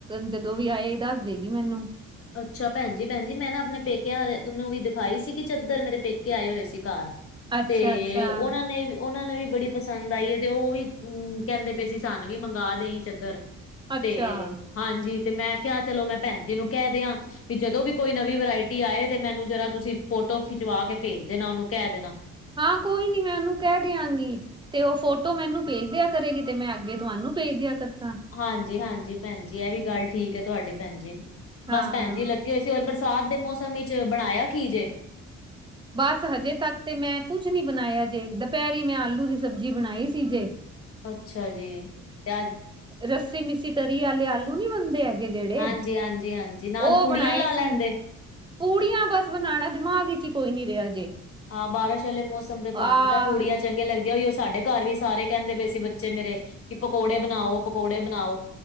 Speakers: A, on the right; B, on the left.
A: ਜਦੋਂ ਵੀ ਆਏ ਦੱਸ ਦੇਗੀ ਮੈਨੂੰ
B: ਅੱਛਾ ਭੈਣਜੀ ਭੈਣ ਜੀ ਮੈਂ ਨਾ ਆਪਣੇ ਪੇਕਿਆਂ ਨੂੰ ਵੀ ਦਿਖਾਈ ਸੀ ਕਿ ਚਾਦਰ ਮੇਰੇ ਪੇਕੇ ਆਏ ਹੋਏ ਸੀ ਘਰ
A: ਅੱਛਾ
B: ਤੇ
A: ਅੱਛਾ
B: ਉਹਨਾਂ ਨੇ ਉਹਨਾਂ ਨੇ ਵੀ ਬੜੀ ਪਸੰਦ ਆਈ ਐ ਤੇ ਉਹ ਵੀ ਕਹਿੰਦੇ ਪਏ ਸੀ ਸਾਨੂੰ ਵੀ ਮੰਗਵਾ ਦੇਈ ਚੱਦਰ
A: ਅੱਛਾ
B: ਤੇ ਹਾਂਜੀ ਤੇ ਮੈਂ ਕਿਹਾ ਚਲੋ ਮੈਂ ਭੈਣ ਜੀ ਨੂੰ ਕਹਿ ਦਿਆਂ ਵੀ ਜਦੋਂ ਵੀ ਕੋਈ ਨਵੀਂ ਵਰਾਇਟੀ ਆਏ ਤੇ ਮੈਨੂੰ ਜਰਾ ਤੁਸੀਂ ਫੋਟੋ ਖਿਚਵਾ ਕੇ ਭੇਜ ਦੇਣਾ ਉਹਨੂੰ ਕਹਿ ਦੇਣਾ
A: ਹਾਂ, ਕੋਈ ਨੀ ਮੈਂ ਉਹਨੂੰ ਕਹਿ ਦਿਆਂਗੀ ਤੇ ਉਹ ਫੋਟੋ ਮੈਨੂੰ ਭੇਜ ਦਿਆ ਕਰੇਗੀ ਤੇ ਮੈਂ ਅੱਗੇ ਤੁਹਾਨੂੰ ਭੇਜ ਦਿਆ ਕਰਨਾ
B: ਹਾਂਜੀ-ਹਾਂਜੀ ਭੈਣ ਜੀ ਇਹ ਵੀ ਗੱਲ ਠੀਕ ਐ ਤੁਹਾਡੀ ਭੈਣ ਜੀ
A: ਹਾਂ
B: ਬਸ ਭੈਣ ਜੀ ਲੱਗੇ ਕਿ ਅਸੀਂ ਹੋਰ ਬਰਸਾਤ ਦੇ ਮੌਸਮ ਵਿੱਚ ਬਣਾਇਆ ਕੀ ਜੇ
A: ਬਸ ਹਜੇ ਤੱਕ ਤੇ ਮੈਂ ਕੁਛ ਨੀ ਬਣਾਇਆ ਜੇ ਦੁਪਹਿਰੀ ਮੈਂ ਆਲੂ ਦੀ ਸਬਜ਼ੀ ਬਣਾਈ ਸੀ ਜੇ
B: ਅੱਛਾ ਜੀ ਤੇ ਅੱਜ
A: ਰੱਸੀ ਮਿੱਸੀ ਤਰੀ ਆਲੇ ਆਲੂ ਨੀ ਬਣਦੇ ਐ ਜਿਹੜੇ
B: ਹਾਂਜੀ ਹਾਂਜੀ ਹਾਂਜੀ ਨਾਲ
A: ਓ
B: ਪੂੜੀਆਂ
A: ਬਣਾਏ
B: ਲਾ
A: ਸੀ।
B: ਲੈਂਦੇ
A: ਪੂੜੀਆਂ ਬਸ ਬਣਾਣਾ ਦਿਮਾਗ ਵਿੱਚ ਈ ਕੋਈ ਨੀ ਰਿਹਾ ਜੇ।
B: ਹਾਂ ਬਾਰਿਸ਼ ਵਾਲੇ ਮੌਸਮ ਦੇ ਤੁਹਾਨੂੰ
A: ਆਹ
B: ਪਤਾ ਪੂੜੀਆਂ ਚੰਗੀਆਂ ਲੱਗਦੀਆਂ ਉਈ ਉਹ ਸਾਡੇ ਘਰ ਵੀ ਸਾਰੇ ਕਹਿੰਦੇ ਪਏ ਸੀ ਬੱਚੇ ਮੇਰੇ ਕਿ ਪਕੌੜੇ ਬਣਾਓ ਪਕੌੜੇ ਬਣਾਓ